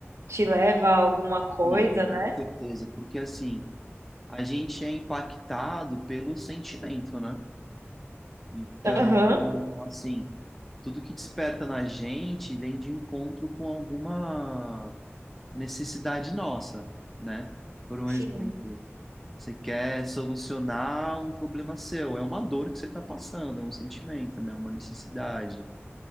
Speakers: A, on the right; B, in the centre.
A: te leva a alguma coisa,
B: Sim, com
A: né?
B: certeza, porque assim. a gente é impactado pelo sentimento, né? Então,
A: Aham,
B: assim, tudo que desperta na gente vem de encontro com alguma necessidade nossa, né? Por um
A: Sim,
B: exemplo, você quer solucionar um problema seu, é uma dor que você está passando, é um sentimento, né? Uma necessidade.